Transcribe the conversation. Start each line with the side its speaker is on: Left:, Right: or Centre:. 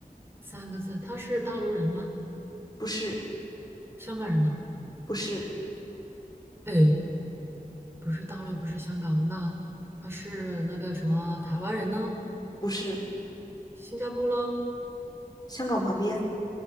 Right: 三个字？她是大陆人吗？
Left: 不是，
Right: 香港人呢？
Left: 不是，
Right: 哎，不是大陆，不是香港，那他是那个什么台湾人呢？
Left: 不是，
Right: 新加坡咯，
Left: 香港旁边，